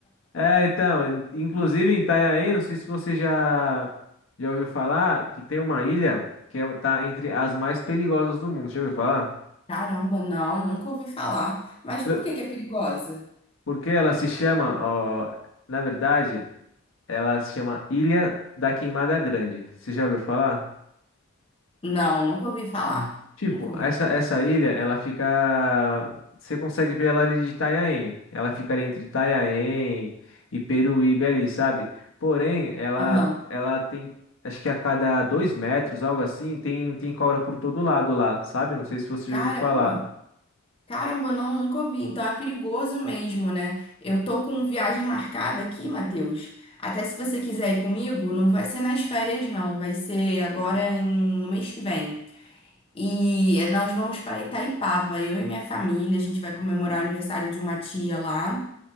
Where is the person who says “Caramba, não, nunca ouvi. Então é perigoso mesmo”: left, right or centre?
Left